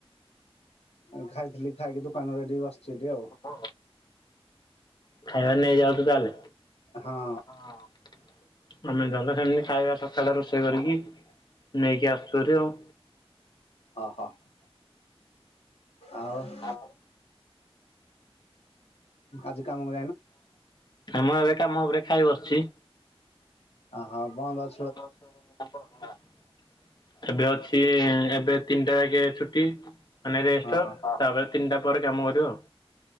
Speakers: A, on the left (about 75°); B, on the left (about 45°).
A: ଉଁ ଖାଇଥିଲି ଖାଇକି ଦୋକାନ ରେ ଏଡି ବସିଚି ଏଡି ଆଉ।
B: ହଁ। ଖାଇବା ନେଇ ଯାଉଛୁ ତାହେଲେ
A: ହଁ
B: ହଁ ମାନେ ଗଲେ ଖାଲି ଖାଇଆ ସକାଳେ ରୋଷେଇ କରିକି ନେଇକି ଆସୁଚୁ ହେରି ଆଉ।
A: ଅ ହ ଆଉ
B: ଅ।
A: ଆଜି କାମ କ
B: ମୁଁ ଏବେ କାମ ଉପରେ ଖାଇ ବସିଚି।
A: ଅ ହ ବନ୍ଦ ଅ
B: <unintelligible> ଏବେ ଅଛି ଏବେ ତିନିଟା ଆଗେ ଛୁଟି ମାନେ ରେଷ୍ଟ
A: ଓହୋ
B: ତାପରେ ତିନିଟା ପରେ କାମ କରିବ ଆଉ।